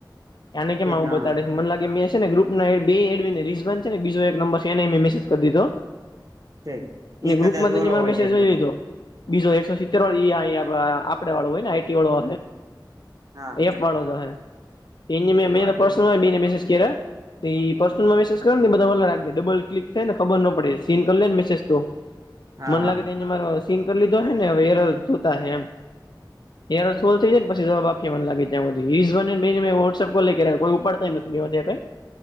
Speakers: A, on the left (about 65°); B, on the right (about 50°).
A: ક્યાને કેમ
B: ઠીક
A: આવું
B: હા
A: બતાડે છે મને લાગે મે ને ગ્રુપ એ રીઝન છેને બીજો એક નંબર છે એને મેસેજ કરી દીધો.
B: ઠીક ઈ
A: ગ્રુપ
B: કદાચ
A: માં તને
B: ઓલો
A: મારો
B: હોય
A: મેસેજ જોઇ
B: કે
A: લીધો. બીજો એકસો સિત્તેર વાળ આપડે વાળું હોય ને આઈટી વાળો
B: હા
A: એપ વાળો જો હ એ મે મે
B: હા
A: પર્સનલ
B: એવું
A: બેને મેસેજ કર્યા એ પર્સનલમાં મેસેજ કરો ને બધા મલા રાખે ડબલ ક્લિક થાય ને ખબર ના પડે સીન કરી લે ને મેસેજ તો
B: હા
A: મને
B: હા
A: લાગે તો એ મારો સીન કરી લીધો હ ને જોતા હ એમ. યાર છોલ થઈ જાયને પછ જવાબ આપએ મને લાગે્યા સુધી ઝનને મેં વો્સપ કો લ કોઈ ઉપાડતા નથી બે કંઈ.